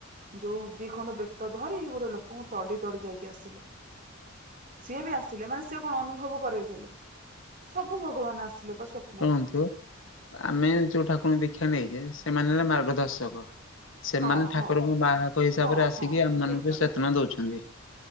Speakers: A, on the right (about 40°); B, on the left (about 70°).
A: ଯୋଉ ଦି ଖଣ୍ଡ ବେତ ଧରି ଗୋଟେ ଲୋକଙ୍କୁ ତଡି ତଡି ଯାଇକି ଆସିଲେ। ସିଏ ବି ଆସିଲେ ମାନେ ସିଏ କଣ ଅନୁଭବ କରେଇଦେଲେ। ସବୁ ଭଗବାନ ଆସିଲେ ପା ସ୍ୱପ୍ନରେ।
B: ଶୁଣନ୍ତୁ ଆମେ ଯୋଉ ଠାକୁରଙ୍କୁ ଦୀକ୍ଷା ନେଇଛେ ସେମାନେ ମା ଦର୍ଶକ ସେମାନେ
A: ହଁ ହଁ
B: ଠାକୁରଙ୍କ ବାହାକ ହିସାବରେ
A: ହଁ
B: ଆସିକି
A: ହଁ
B: ଆମ
A: ଠିକ
B: ମାନଙ୍କୁ
A: କଥା
B: ଚେତନା ଦଉଛନ୍ତି।